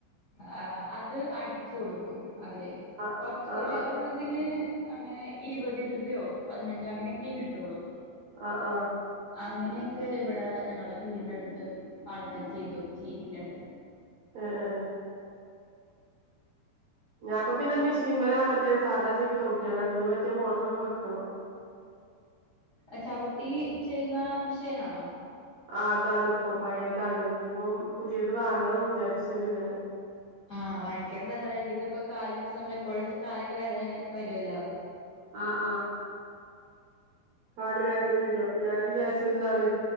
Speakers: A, on the left; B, on the right.
A: ആ അത് അട് ച്ച് കൊട്ക്കും അവര്
B: ആ
A: കൊറച്ച്
B: ആ
A: ഒര് ഒരെണ്ണത്തിന് അങ്ങെനെ ഇരുപത് രൂപയോ പതിനഞ്ചോ അങ്ങനെക്കേ കിട്ടൊള്ളൂ
B: അഹ് ആഹ്
A: അങ്ങനെയെക്കെ ഇവടെ ഞങ്ങളെ വീടിന്റെ അട്ത്ത് ആൾക്കാര് ചെയ്തു ചെയ്യിപ്പിക്ക്ണ്ട്
B: അഹ് ആഹ് ഞാപ്പ പിന്നെ മിഷീൻമലാ മറ്റേ സാധാചേക്ക് ചൗട്ട്യാണ്ടാണ് ഞ്ഞി മറ്റേ മോട്രാെക്കെ വെക്കണം
A: എ ചവിട്ടീ ചെയ്യ്ന്നാ മിഷേനാണോ
B: ആഹ് അതാണ്പ്പം പയേതാണ് ഇഞ്ഞിപ്പം പുത്യേത് വാങ്ങണം വിചാരിച്ണ്ട്ങ്ങെനെ
A: ആഹ് വാങ്ങിക്ക്ണ്ത് തല്ലതായിരിക്കും ഇത് ഇപ്പൊ കാല് വെച്ച് നമ്മളെപ്പോഴും കാലൊക്കെ വേദനെ വരുവല്ലോ
B: ആഹ് ആഹ് കാല് വേദന വെരും അപ്പൊ ഞാൻ വിചാര്ച്ചത് താണ്